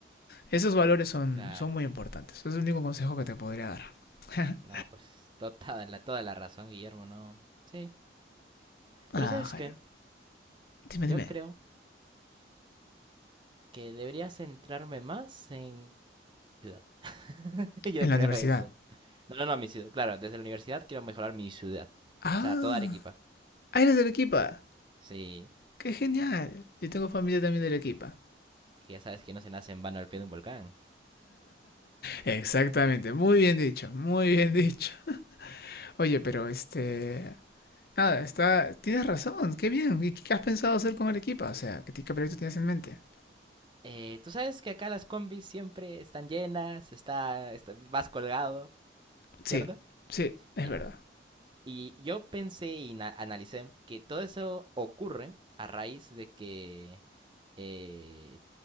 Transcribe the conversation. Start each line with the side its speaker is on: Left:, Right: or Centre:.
Left: Esos valores son,
Right: Claro.
Left: son muy importantes. Es el único consejo que te podría dar. <laughs>
Right: No, pues to- toda la, toda la razón, Guillermo, no. Sí.
Left: ah,
Right: Pero ¿sabes
Left: Jairo.
Right: qué?
Left: Dime,
Right: Yo
Left: dime.
Right: creo que debería centrarme más en ciudad. <laughs> Yo
Left: En la
Right: creo
Left: universidad.
Right: eso. No, no, no, mi ciudad. Claro, desde la universidad quiero mejorar mi ciudad.
Left: Ah,
Right: O sea, toda Arequipa.
Left: ah, eres de Arequipa.
Right: Sí,
Left: ¡Qué genial! Yo tengo familia también de Arequipa.
Right: es que ya sabes que no se nace en vano al pie de un volcán.
Left: Exactamente, muy bien dicho, muy bien dicho. Oye, pero este... Ah, está, tienes razón, qué bien. ¿Y qué has pensado hacer con Arequipa? O sea, ¿qué, ti- qué proyecto tienes en mente?
Right: Eh, tú sabes que acá las combis siempre están llenas, está, está- vas colgado,
Left: Sí,
Right: ¿cierto?
Left: sí, es
Right: Ya.
Left: verdad.
Right: Y yo pensé y na- analicé que todo eso ocurre a raíz de que eh,